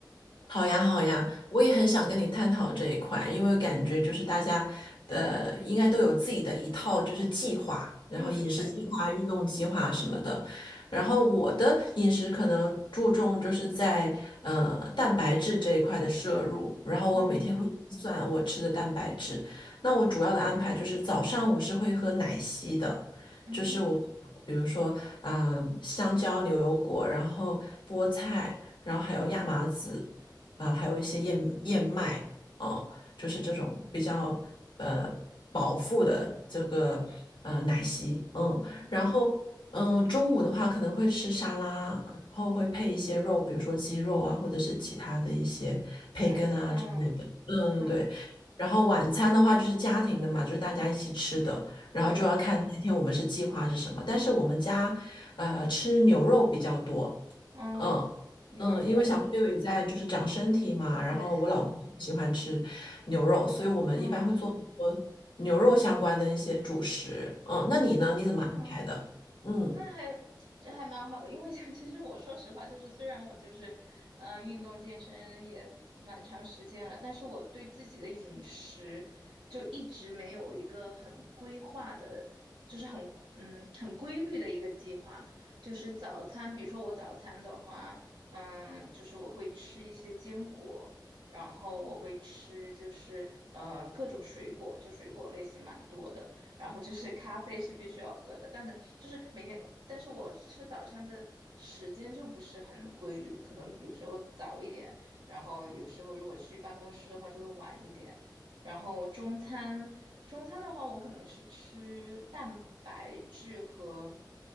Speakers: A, on the left; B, on the right.
A: 好呀，好呀，我也很想跟你探讨这一块，因为感觉就是大家的应该都有自己的一套就是计划，然后饮食计划、
B: 嗯，对，
A: 运动计划什么的。然后我的饮食可能注重就是在呃蛋白质这一块的摄入，然后我每天会计算我吃的蛋白质。
B: 嗯
A: 那我主要的安排就是早上我是会喝奶昔的，
B: 嗯
A: 就是我比如说嗯、呃香蕉、牛油果，然后菠菜，然后还有亚麻籽。啊、还有一些燕燕麦啊，就是这种比较呃饱腹的这个呃奶昔，嗯，
B: 嗯，
A: 然后嗯、中午的话可能会吃沙拉，然后会配一些肉，比如说鸡肉啊，或者是其他的一些培根啊之类的，
B: 蛋白，嗯
A: 嗯，
B: 嗯，
A: 对。然后晚餐的话就是家庭的嘛，就是大家一起吃的，然后就要看那天我们是计划是什么。
B: 对，
A: 但是我们家，呃，吃牛肉比较多，
B: 嗯，
A: 嗯，
B: 牛肉比较多，
A: 嗯，因为小朋友也在就是长身体嘛，然后我老公喜欢吃牛肉，
B: 对，
A: 所以我们一般会做很多牛肉相关的一些主食。
B: 嗯
A: 嗯，那你呢？你怎么安排的？
B: 嗯。
A: 嗯
B: 那还 <tsk> 这还蛮好的，因为 <laughs> 其实我说实话，就是虽然我就是，呃，运动健身也蛮长时间了，但是我对自己的饮食就一直没有一个很规划的，就是很嗯很规律的一个计划。就是早餐，比如说我早餐的话，嗯，就是我会吃一些坚果，然后我会吃就是呃各种水果，就水果类型蛮多的。然后就是咖啡是必须要喝的，但呢，就是每天，但是我吃早餐的时间就不是很规律，可能有时候早一点，然后有时候如果去办公室的话就会晚一点，然后中餐，中餐的话我可能是吃蛋白质和。